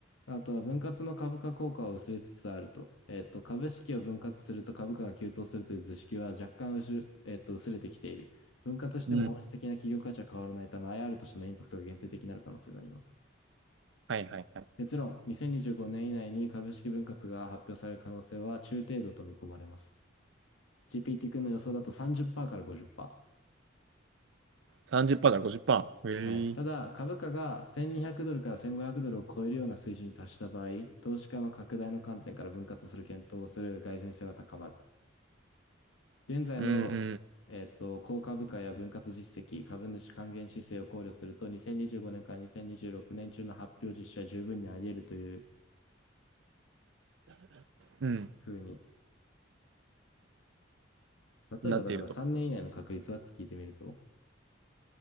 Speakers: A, on the left (about 80°); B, on the right (about 65°).
A: あとは分割の株価効果は薄れつつあると。えっと、株式を分割すると株価が急騰するという図式は若干薄、えっと、薄れてきている。分割しても本質的な企業価値は変わらないため、
B: うん。
A: IR としてのインパクトが限定的になる可能性があります。
B: はいはいはい。
A: 結論、2025年以内に株式分割が発表される可能性は中程度と見込まれます。GPT 君の予想だと30%から50%。
B: 30%から50%。へえ。
A: はい。ただ、株価が1200ドルから1500ドルを超えるような水準に達した場合、投資家の拡大の観点から分割する検討をする蓋然性が高まる。現在の、
B: うんうん。
A: えっと、高株価や分割実績、株主還元姿勢を考慮すると、2025年から2026年中の発表実施は十分にあり得るという
B: うん。
A: ふうに、例えばだから3年以内の確率はって聞いてみると、
B: なっていると。